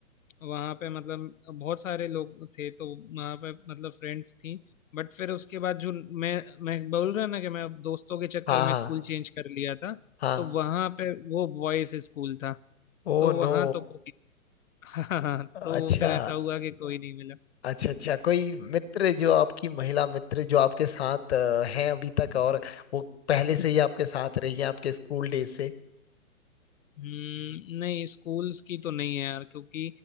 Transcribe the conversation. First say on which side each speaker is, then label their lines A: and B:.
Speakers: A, on the left; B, on the left.
A: वहाँ पे मतलब बहुत सारे लोग थे तो वहाँ पे मतलब फ्रेंड्स थी बट फिर उसके बाद जो मैं मैं बोल रहा ना कि मैं दोस्तों के चक्कर
B: हाँ
A: में
B: हाँ
A: स्कूल चेंज कर लिया था
B: हाँ
A: तो वहाँ पे वो बॉयज स्कूल था
B: Oh
A: तो वहाँ
B: no
A: तो कोई <laughs> हाँ हाँ,
B: अच्छा
A: तो फिर ऐसा हुआ कि कोई नहीं मिला
B: अच्छा अच्छा कोई मित्र जो आपकी महिला मित्र जो आपके साथ अ, हैं अभी तक और वो पहले से ही आपके साथ रही है आपके स्कूल डेज से
A: हम्म, नहीं स्कूल्स की तो नहीं है यार क्योंकि